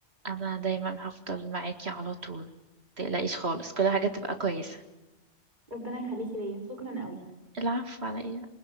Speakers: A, on the right; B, on the right.
A: انا دايما هفضل معاكي على طول متقلقيش خالص كل حاجة تبقى كويسة
B: ربنا يخليكي ليا شكرا قوي
A: العفو على ايه